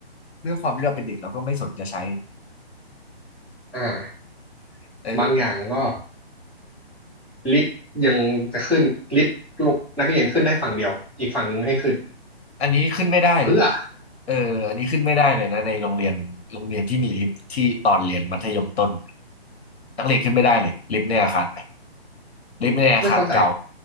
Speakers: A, on the left; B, in the centre.
A: ด้วยความที่เราเป็นเด็กเราก็ไม่สนจะใช้
B: อ่า
A: เออ
B: บางอย่างก็ลิฟต์ยังจะขึ้นลิฟต์ลงนักเรียนขึ้นได้ฝั่งเดียวอีกฝั่งหนึ่งไม่ให้ขึ้น
A: อันนี้ขึ้นไม่ได้เลยนะ
B: เพื่อ
A: เอออันนี้ขึ้นไม่ได้เลยนะในโรงเรียนโรงเรียนที่มีลิฟท์ที่ตอนเรียนมัธยมต้นนักเรียนขึ้นไม่ได้เลยลิฟต์ในอาคาร ลิฟต์ในอาคารเก่า
B: ไม่เข้าใจ